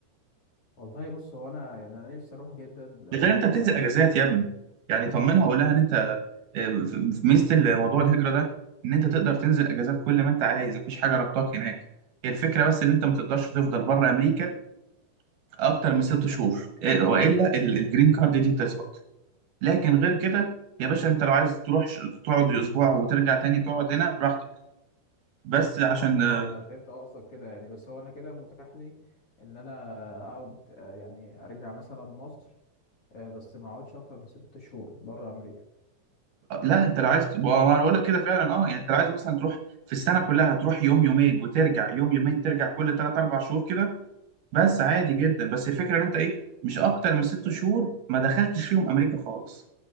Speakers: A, on the left; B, on the right.
A: والله بص هو انا يعني انا نفسي اروح جدا لان
B: ده غير انت
A: هي
B: بتنزل اجازات يا ابني يعني طمنها وقول لها ان انت آه، في- في ميزه الموضوع الهجره ده ان انت تقدر تنزل اجازات كل ما انت عايز مفيش حاجه ربطاك هناك هي الفكره بس ان انت ما تقدرش تفضل بره امريكا اكتر من ست شهور آه، والا ال- الجرين كارد دي تسقط لكن غير كده يا باشا انت لو عايز تروح ش- تقعد اسبوع وترجع تاني تقعد هنا براحتك بس عشان
A: اه ماشي
B: آه،
A: انا فهمت قصدك كده يعني بس هو انا كده متاح لي ان انا اقعد آه، يعني ارجع مثلا مصر آه، بس ما اقعدش اكتر من ست شهور بره امريكا
B: لا انت لو عايز ت- ما انا بقول لك كده فعلا اه يعني انت لو عايز مثلا تروح في السنه كلها تروح يوم يومين وترجع يوم يومين ترجع كل ثلاث اربع شهور كده بس عادي جدا بس الفكره ان انت ايه مش اكتر من ست شهور ما دخلتش فيهم امريكا خالص